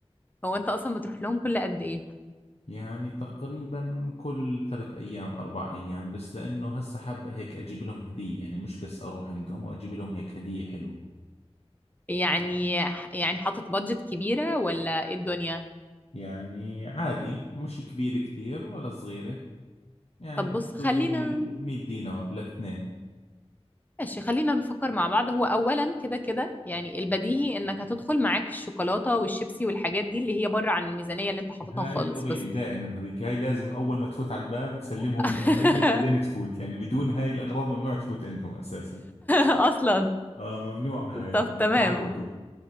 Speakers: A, on the left; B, on the left.
A: هو أنت أصلا بتروح لهم كل قد إيه
B: يعني تقريبا كل ثلاث أيام أربع أيام بس لأنه هسا حاب هيك أجيب لهم هدية يعني مش بس أروح عندهم وأجيب لهم هيك هدية حلوة
A: يعني يعني حاطط بادجت كبيرة ولا إيه الدنيا
B: يعني عادي مش كبيرة كثير ولا صغيرة يعني
A: طب
B: بحدود
A: بص خلينا
B: ال 100 دينار لاثنين
A: ماشي خلينا نفكر مع بعض هو أولا كده كده يعني البديهي إنك هتدخل معاك الشوكولاتة والشيبسي والحاجات دي اللي هي بره عن الميزانية اللي أنت حاططها
B: هاي
A: خالص
B: طبيعي
A: بس
B: دائما هذيك هاي لازم أول ما تفوت على الباب تسلمهم
A: <laughs>
B: الأمانة بعدين تفوت يعني بدون هاي الأغراض ممنوع تفوت عندهم أساسا
A: أصلا
B: آه ممنوع هاي
A: طب
B: يعني
A: تمام
B: تعودوا